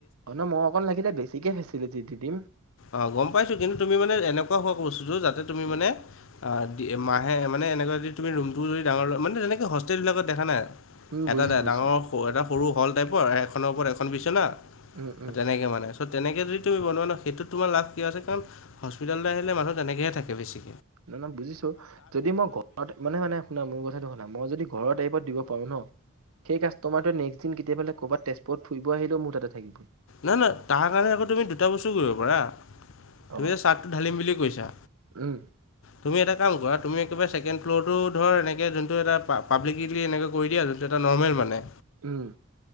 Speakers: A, on the right; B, on the left.
A: অ' ন মই অকণ লাগিলে, বেছিকে ফেছেলিটি দি দিম।
B: অ' গ'ম পাইছো, কিন্তু তুমি মানে এনেকুৱা হোৱা বস্তুটো যাতে তুমি মানে আ' মাহে মানে এনেকুৱা যদি তুমি ৰুমটো যদি ডাঙৰ লৈ, মানে তেনেকে হোষ্টেলবিলাকত দেখা নাই?
A: উম বুজিছো
B: এটাত
A: বুজিছো
B: ডাঙৰ এটা সৰু হল টাইপৰ, এখনৰ ওপৰত এখন বিছনা,
A: উম উম
B: তেনেকে মানে। ত' তেনেকে যদি তুমি বনোৱা ন, সেইটোত তোমাৰ লাভ কিয় আছে, কাৰণ হস্পিটেললে আহিলে মানুহ তেনেকৈহে থাকে বেছি।
A: ন' ন' বুজিছোঁ, যদি মই ঘৰত মানে মানে শুনা মোৰ কথাটো শুনা, মই যদি ঘৰৰ টাইপত দিব পাৰো ন', সেই কাস্তমাৰটোয়ে নেস্ক কেতিয়াবালে ক'বাত তেজপুৰত ফুৰিব আহিলেও মোৰ তাতে থাকিব।
B: না, না, তাৰ কাৰণে আকৌ তুমি দুটা বস্তু কৰিব পাৰা,
A: অ
B: তুমি যে চাৰ্টটো ঢালিম বুলি কৈছা।
A: উম'।
B: তুমি এটা কাম কৰা, তুমি একেবাৰে ছেকেণ্ড ফ্ল'ৰটো ধৰ এনেকে যোনটো এটা পাব্লিকেলি এনেকে কৰি দিয়া। এটা নৰ্মেল মানে।
A: উম'।